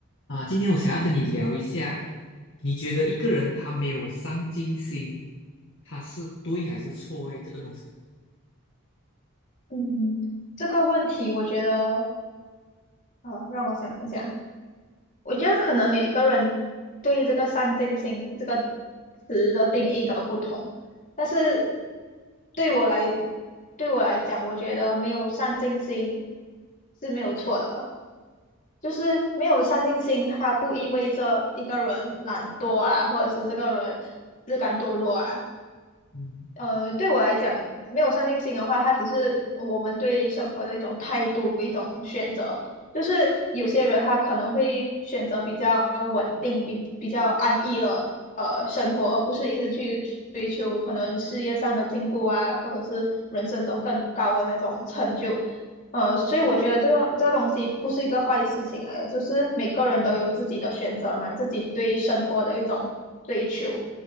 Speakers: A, on the left (about 60°); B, on the left (about 40°).
A: 啊，今天我想要跟你聊一下，你觉得一个人他没有上进心，他是对还是错诶？这个东西，
B: 嗯，这个问题我觉得，呃，让我想一想，我觉得可能每个人对于这个“上进心”这个词的定义都不同，但是对我来，对我来讲，我觉得没有上进心是没有错的，就是没有上进心，它不意味着一个人懒惰啊，或者是这个人自甘堕落啊，
A: 嗯
B: 呃，对我来讲，没有上进心的话，它只是我们对生活的一种态度，一种选择。就是有些人他可能会选择比较稳定、比比较安逸的呃生活，而不是一直去追求可能事业上的进步啊，或者是人生中更高的那种成就。呃，所以我觉得这个这个东西不是一个坏事情来的，就是每个人都有自己的选择嘛，自己对生活的一种追求。